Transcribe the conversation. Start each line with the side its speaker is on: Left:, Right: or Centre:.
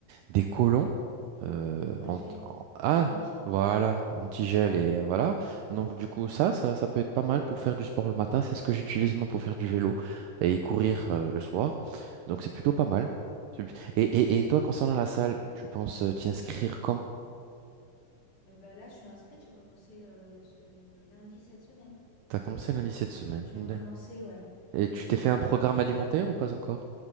Right: des collants euh,
Left: Ouais,
Right: ant-
Left: j'ai
Right: en- ah,
Left: thermique.
Right: voilà, antigel
Left: Ouais.
Right: et voilà. Donc du coup, ça, ça, ça peut être pas mal pour faire du sport le matin. C'est ce que j'utilise moi pour faire du vélo et courir euh, le soir. Donc c'est plutôt pas mal. C'est- Et, et, et toi, concernant la salle, tu penses euh, t'y inscrire quand?
Left: Eh ben là, je suis inscrite. J'ai commencé euh, s- euh, lundi cette semaine.
Right: T'as commencé lundi cette semaine.
Left: Je viens
Right: D'ac-
Left: de commencer, ouais.
Right: Et tu t'es
Left: Et,
Right: fait un
Left: euh,
Right: programme alimentaire ou pas encore?